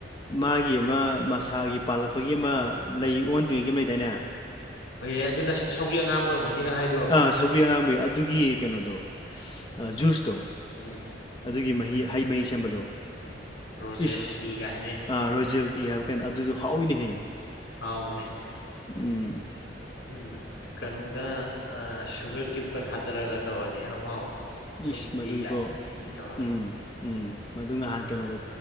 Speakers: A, on the left; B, on the left.
A: ꯃꯥꯒꯤ ꯑꯃ ꯃꯁꯥꯒꯤ ꯄꯥꯜꯂꯛꯄꯒꯤ ꯑꯃ ꯂꯩ ꯑꯣꯟꯗ꯭ꯔꯤꯉꯩꯒꯤ ꯃ ꯗꯦꯅꯦ
B: ꯍꯣꯏꯑꯦ ꯑꯗꯨꯅ ꯁꯧꯒ꯭ꯔꯤ ꯑꯉꯥꯡꯕ ꯑꯣꯏꯔꯝꯒꯅꯤ ꯅꯪ ꯍꯥꯏꯗꯣ
A: ꯑꯥ ꯁꯧꯒ꯭ꯔꯤ ꯑꯉꯥꯡꯕꯩ ꯑꯗꯨꯒꯤ ꯀꯩꯅꯣꯗꯣ ꯖꯨꯁꯇꯣ
B: ꯎꯝ
A: ꯑꯗꯨꯒꯤ ꯃꯍꯤ ꯍꯩ ꯃꯍꯤ ꯁꯦꯝꯕꯗꯣ
B: ꯎꯝ ꯔꯣꯖꯦꯜ
A: ꯏꯁ
B: ꯇꯤꯒ ꯍꯥꯏꯅꯩꯗꯣ
A: ꯑ ꯔꯣꯖꯦꯜꯇꯤ ꯍꯥꯏꯕ ꯀꯩꯅꯣ ꯑꯗꯨꯖꯨ ꯍꯥꯎꯋꯤꯅꯦꯍꯦ
B: ꯍꯥꯎꯕꯅꯦ
A: ꯎꯝ
B: ꯎꯝ ꯀꯩꯅꯣꯒ ꯑ ꯁꯨꯒꯔ ꯀꯤꯌꯨꯞꯀ ꯊꯥꯗꯔꯒ ꯇꯧꯔꯗꯤ ꯍꯦꯟꯅ ꯍꯥꯎꯕꯅꯤ
A: ꯏꯁ
B: ꯊꯨꯝꯗꯤ
A: ꯃꯗꯨꯏꯕꯣ
B: ꯌꯥꯛꯂꯤ ꯇꯧꯔꯒ
A: ꯎꯝ ꯎꯝ ꯃꯗꯨ ꯉꯍꯥꯟ ꯀꯩꯅꯣꯗ